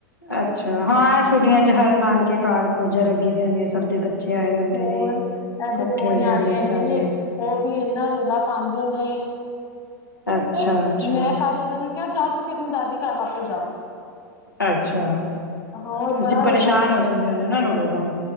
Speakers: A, on the left; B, on the left.
A: ਅੱਛਾ ਹਾਂ ਛੁੱਟੀਆਂ ਚ ਹਰ ਨਾਨਕੇ ਕਾਰ ਮੌੋਜਾਂ ਲੱਗੀ ਦੀਆਂ ਹੁੰਦੀਆਂ ਸਭ ਦੇ ਬੱਚੇ ਆਏ ਹੁੰਦੇ
B: ਹੋਰ
A: ਨੇ ਇਕੱਠੇ
B: ਇਹਦੇ ਦੋ
A: ਹੋਏ
B: ਨਿਆਣੇ
A: ਦੇ ਹੁੰਦੇ
B: ਹੈਗੇ
A: ਸਾਰੇ
B: ਨੇ ਉਹ ਵੀ ਇਹਨਾ ਰੌਲਾ ਪਾਉਂਦੇ ਨੇ
A: ਅੱਛਾ ਅੱਛਾ
B: ਮੈਂ ਕੱਲ ਉਹਨਾਂ ਨੂੰ ਕਿਹਾ ਜਾਓ ਤੁਸੀਂ ਆਪਣੀ ਦਾਦੀ ਘਰ ਵਾਪਸ ਜਾਓ
A: ਅੱਛਾ
B: ਹੋਰ
A: ਤੁਸੀਂ
B: ਬੜਾ ਰੌਲਾ
A: ਪਰੇਸ਼ਾਨ
B: ਪਾਉਂਦੇ
A: ਹੋ ਜਾਂਦੇ ਹੋਣੇ ਨਾ ਰੌਲੇ ਤੋਂ?